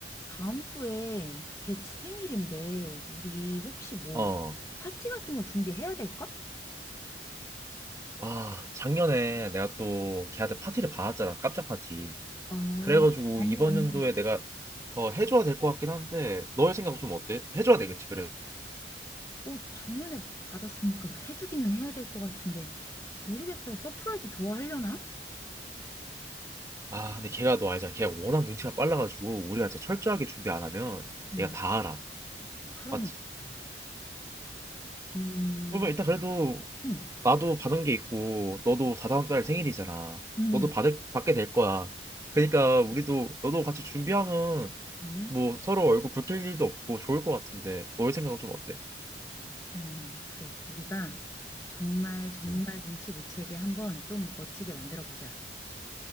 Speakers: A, on the left (about 15°); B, on the right (about 20°).
A: 다음 주에 걔 생일인데 우리 혹시 뭐
B: 어.
A: 파티 같은 거 준비해야 될까?
B: 아, 작년에 내가 또 걔한테 파티를 받았잖아. 깜짝 파티.
A: 아,
B: 그래가지고
A: 맞네,
B: 이번
A: 맞네.
B: 연도에 내가 어, 해줘야 될 것 같긴 한데 너의 생각은 좀 어때? 해줘야 되겠지, 그래도?
A: 어, 작년에 받았으니까 뭐 해주기는 해야 될 것 같은데 모르겠다. 서프라이즈 좋아하려나?
B: 아, 근데 걔가 너 알잖아. 걔가 워낙 눈치가 빨라가지고 우리가 진짜 철저하게 준비 안 하면
A: 음,
B: 얘가 다 알아.
A: 그러니까.
B: 맞지?
A: 음,
B: 그러면 일단 그래도
A: 음,
B: 나도 받은 게 있고 너도 다다음 달 생일이잖아.
A: 음,
B: 너도 받을, 받게 될 거야. 그러니까 우리도 너도 같이 준비하면
A: 음,
B: 뭐 서로 얼굴 붉힐 일도 없고 좋을 것 같은데 너의 생각은 좀 어때?
A: 어, 그래. 우리가 정말 정말
B: 음,
A: 눈치 못 채게 한번 좀 멋지게 만들어 보자.